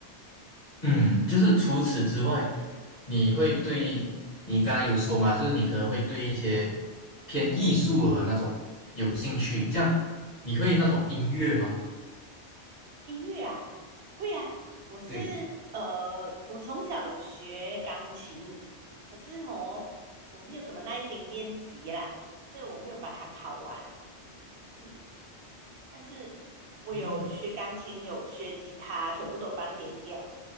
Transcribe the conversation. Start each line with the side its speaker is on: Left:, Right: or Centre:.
Left: 嗯，就是除此之外，你会对你刚刚有说嘛，就是你可能会对一些偏艺术的那种有兴趣，这样你会那种音乐吗？
Right: 音乐啊，会啊，我是
Left: 对，
Right: 呃，我从小有学钢琴，可是哦，我没有什么耐心练习啦，所以我没有把它考完。嗯，但是我有学钢琴，
Left: 嗯
Right: 有学吉他，全部都半天掉。